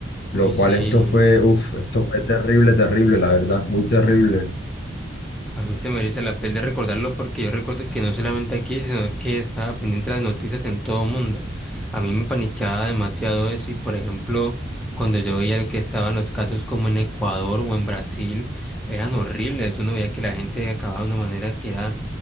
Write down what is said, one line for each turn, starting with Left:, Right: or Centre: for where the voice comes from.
Centre: Uy,
Left: lo
Centre: sí,
Left: cual esto fue, uf, esto fue terrible, terrible, la verdad, muy terrible.
Centre: a mí se me eriza la piel de recordarlo porque yo recuerdo que no solamente aquí, sino que estaba pendiente de las noticias en todo mundo. A mí me paniqueaba demasiado eso y, por ejemplo, cuando yo veía lo que estaban los casos como en Ecuador o en Brasil, eran horribles. Uno veía que la gente acababa de una manera que era